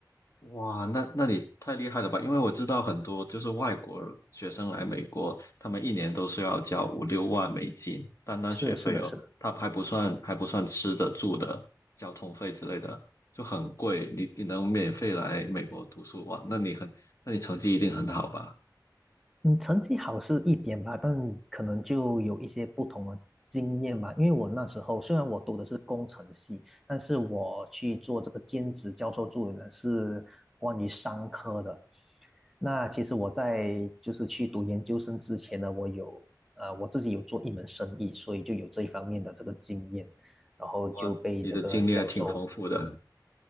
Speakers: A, on the left; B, in the centre.
A: 哇，那那你太厉害了吧？因为我知道很多就是外国学生来美国，他们一年都是要交五六万美金，单单学费哦，
B: 是是的是的，
A: 他还不算还不算吃的、住的、交通费之类的，就很贵。你你能免费来美国读书哇？那你很，那你成绩一定很好吧？
B: 嗯，成绩好是一点吧，但可能就有一些不同的经验吧，因为我那时候虽然我读的是工程系，但是我去做这个兼职教授助理呢是关于商科的，那其实我在就是去读研究生之前呢，我有啊、呃我自己有做一门生意，所以就有这一方面的这个经验，然后就被这个教授，
A: 哇，你的经历还挺丰富的。